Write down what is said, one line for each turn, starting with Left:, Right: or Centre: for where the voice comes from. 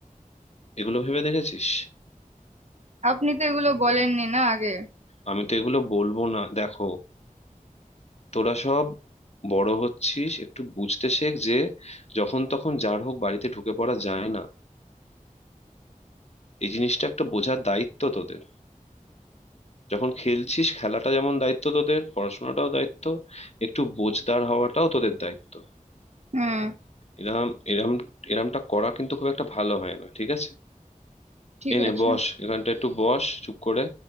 Left: এগুলো ভেবে দেখেছিস
Right: আপনি তো এগুলো বলেননি না আগে
Left: আমি তো এগুলো বলবো না দেখো তোরা সব বড় হচ্ছিস একটু বুঝতে শেখ যে যখন তখন যার হোক বাড়িতে ঢুকে পড়া যায় না এই জিনিসটা একটা বোঝার দায়িত্ব তোদের যখন খেলছিস খেলাটা যেমন দায়িত্ব তোদের পড়াশোনাটাও দায়িত্ব একটু বোঝদার হওয়াটাও তোদের দায়িত্ব
Right: হুম
Left: এরম এরম এরমটা করা কিন্তু খুব একটা ভালো হয় না ঠিক আছে
Right: ঠিক
Left: এনে
Right: আছে
Left: বস এখানটা একটু বস চুপ করে